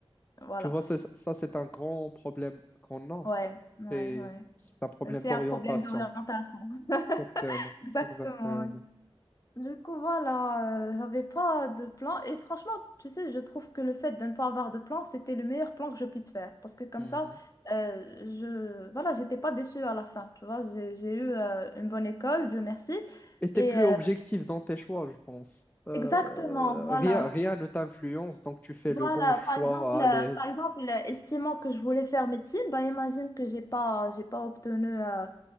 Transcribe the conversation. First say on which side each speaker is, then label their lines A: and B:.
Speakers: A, on the left; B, on the left.
A: Voilà.
B: Tu vois, c'est- ça, c'est un grand problème qu'on a.
A: Ouais, ouais,
B: C'est c'est un problème
A: ouais. C'est
B: d'orientation.
A: un problème d'orientation.
B: Exactement,
A: <laughs> Exactement.
B: exactement.
A: ouais. Du coup, voilà, euh, j'avais pas de plan. Et franchement, tu sais, je trouve que le fait de ne pas avoir de plan, c'était le meilleur plan que je puisse faire. Parce que comme
B: Mhm.
A: ça, euh, je voilà, j'étais pas déçue à la fin. Tu vois, j'ai, j'ai eu euh, une bonne école, Dieu merci.
B: Et t'es
A: Et
B: plus
A: euh,
B: objectif dans tes choix, je pense. Euh,
A: exactement, voilà.
B: rien, rien ne t'influence, donc tu fais
A: Voilà,
B: le bon choix
A: par exemple, euh,
B: à l'aise.
A: par exemple, euh, estimant que je voulais faire médecine, bah imagine que j'ai pas, j'ai pas obtenu, euh,